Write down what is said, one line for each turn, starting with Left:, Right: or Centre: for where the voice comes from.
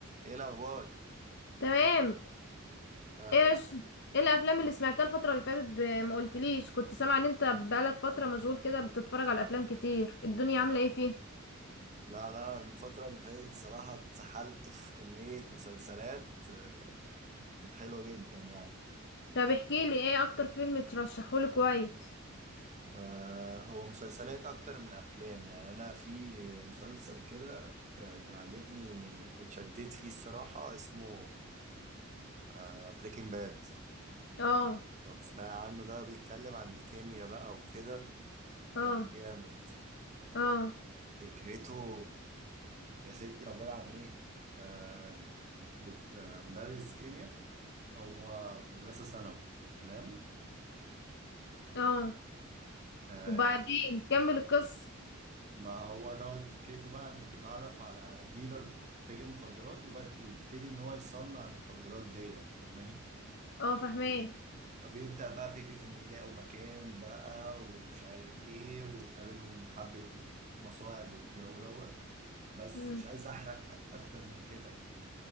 Right: ايه الاخبار
Left: تمام
Right: آه
Left: ايه يا رش- ايه الافلام اللي سمعتها الفتره اللي فاتت ب... ما قلتليش كنت سامعه ان انت بقالك فتره مشغول كده بتتفرج على افلام كتير الدنيا عامله ايه فيه
Right: لا لا الفتره اللي فاتت صراحه اتسحلت في كميه مسلسلات آه، كانت حلوه جدا يعني
Left: طب احكي لي ايه اكتر فيلم ترشحهولي كويس
Right: آه هو مسلسلات اكتر من افلام يعني انا في مسلسل كده آه كان عاجبني واتشديت فيه الصراحه اسمه آه بريكنج باد
Left: اه
Right: لو تسمعي عنه ده بيتكلم عن الكيمياء بقى وكده
Left: اه
Right: كان جامد
Left: اه
Right: فكرته يا ستي عباره عن ايه آه دكتور آه مدرس كيمياء هو في مدرسة ثانوي تمام
Left: اه
Right: آه
Left: وبعدين كمل القصه
Right: ما هو دوت فكرته بقى انه بيتعرف على ديلر تاجر مخدرات وبد- ويبتدي ان هو يصنع المخدرات ديت فاهماني
Left: اه فهماك
Right: فبيبدأ بقى فكرة ان يلاقوا مكان بقى ومش عارف ايه وتقابلهم حبة مصاعب والجو دوت بس
Left: مم.
Right: مش عايز احرق اكتر من كده